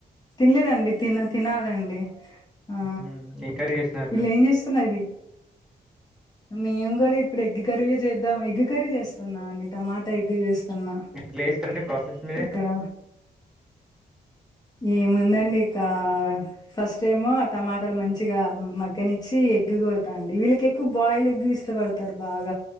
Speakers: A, on the left (about 25°); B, in the centre.
A: తిన్లేదండి తిన తినాలండి ఆ
B: హ్మ్. ఏం కర్రీ జేసినారు?
A: పిల్ల ఏం చేస్తున్నది మేము కూడా ఇప్పుడు ఎగ్ కర్రీయే జేద్దాం ఎగ్ కర్రీ చేస్తున్నాం అండి టమాటా ఎగ్గు చేస్ న్న
B: ఎట్లా జేస్తారండి ప్రాసెస్ మీది?
A: ఇక్కడ ఏముందండి ఇకా ఫస్ట్ టైము ఆ టమాటాలు మంచిగా మగ్గనిచ్చి ఎగ్గు తాంది వీళ్ళకి ఎక్కువ బాయిల్ ఎగ్ ఇష్టపడతారు బాగ